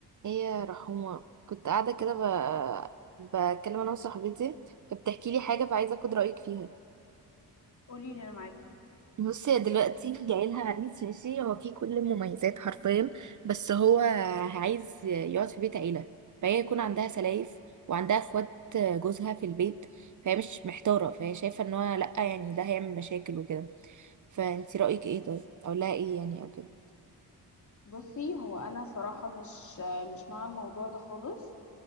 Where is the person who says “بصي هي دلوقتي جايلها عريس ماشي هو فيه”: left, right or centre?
Right